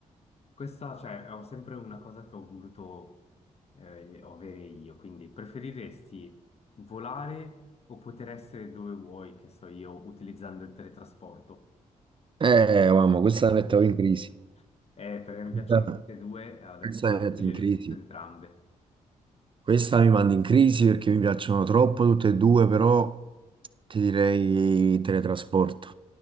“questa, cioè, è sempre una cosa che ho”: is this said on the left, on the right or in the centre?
Left